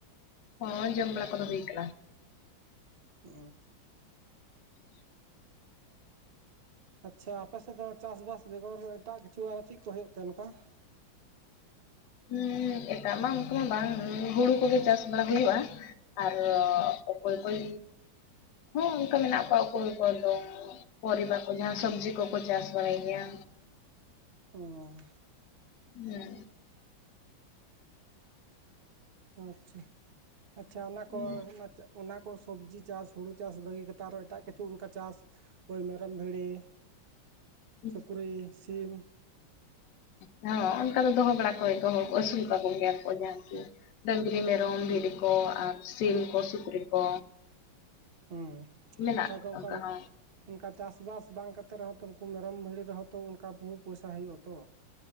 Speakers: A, on the left; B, on the right.
A: ᱦᱳᱭ ᱡᱚᱢ ᱵᱟᱲᱟ ᱠᱚᱫᱚ ᱦᱩᱭ ᱠᱟᱱᱟ
B: ᱚ
A: <inaudible>
B: ᱟᱪᱪᱷᱟ ᱟᱯᱮᱥᱮᱫ ᱫᱚ ᱪᱟᱥᱵᱟᱥ ᱵᱮᱜᱚᱨ ᱮᱴᱟᱜ ᱠᱤᱪᱷᱩ ᱟᱨᱚ ᱪᱮᱫ ᱠᱚ ᱦᱩᱭᱩᱜ ᱛᱮ ᱱᱚᱝᱠᱟ
A: ᱩᱸ ᱮᱴᱟᱜ ᱢᱟ ᱚᱱᱠᱩ ᱢᱟ ᱵᱟᱝ ᱦᱩᱲᱩ ᱠᱚᱜᱮ ᱪᱟᱥ ᱵᱟᱲᱟ ᱦᱩᱭᱩᱜᱼᱟ ᱟᱨ ᱚᱠᱚᱭ ᱠᱚᱭ ᱦᱚᱸ ᱚᱱᱠᱟ ᱢᱮᱱᱟᱜ ᱠᱚᱣᱟ ᱚᱠᱚᱭ ᱠᱚᱫᱚ ᱯᱚᱨᱤᱵᱟ ᱠᱚ ᱡᱟᱦᱟᱸ ᱥᱚᱵᱽᱡᱤ ᱠᱚᱠᱚ ᱪᱟᱥ ᱵᱟᱲᱟᱭ ᱜᱮᱭᱟ
B: ᱚ
A: ᱦᱩᱸ
B: ᱟᱪᱪᱷᱟ ᱟᱪᱪᱷᱟ ᱚᱱᱟ
A: ᱦᱮᱸ
B: ᱠᱚ <unintelligible> ᱚᱱᱟ ᱠᱚ ᱥᱚᱵᱽᱡᱤ ᱪᱟᱥ ᱦᱩᱲᱩ ᱪᱟᱥ ᱵᱟᱹᱜᱤ ᱠᱟᱛᱮᱫ ᱟᱨᱚ ᱮᱴᱟᱜ ᱠᱤᱪᱷᱩ ᱚᱱᱠᱟ ᱪᱟᱥ ᱳᱭ ᱢᱮᱨᱚᱢ ᱵᱷᱤᱲᱤ
A: <inaudible>
B: ᱥᱩᱠᱨᱤ ᱥᱤᱢ
A: ᱦᱮ ᱦᱚᱸ ᱚᱱᱠᱟ ᱫᱚᱦᱚ ᱵᱟᱲᱟ ᱠᱚᱜᱮᱭᱟᱠᱚ ᱦᱚᱲ ᱠᱚ ᱟᱹᱥᱩᱞ ᱠᱟᱠᱚ ᱜᱮᱭᱟ ᱠᱚ ᱡᱟᱦᱟᱸ ᱠᱤ ᱰᱝᱨᱤ ᱢᱮ ᱢᱮᱨᱚᱢ
B: ᱦᱩᱸ
A: ᱵᱷᱤᱴᱤ ᱠᱚ ᱟᱨ ᱥᱤᱢ ᱠᱚ ᱥᱩᱠᱨᱤ ᱠᱚ
B: ᱦᱮᱸ
A: ᱢᱮᱱᱟᱜ
B: ᱡᱟᱜᱮ
A: ᱠᱚᱣᱟ
B: ᱚᱱᱠᱟᱱ
A: ᱚᱱᱠᱟ ᱦᱚᱸ
B: ᱚᱱᱠᱟ ᱪᱟᱥᱵᱟᱥ ᱵᱟᱝ ᱠᱟᱛᱮᱫ ᱨᱮᱦᱚᱸ ᱛᱚ ᱩᱱᱠᱩ ᱢᱮᱨᱚᱢ ᱵᱷᱤᱲᱤ ᱨᱮᱦᱚᱸ ᱛᱚ ᱚᱱᱠᱟ ᱵᱩᱦᱩ ᱯᱚᱭᱥᱟ ᱦᱩᱭᱩᱜᱼᱟᱛᱚ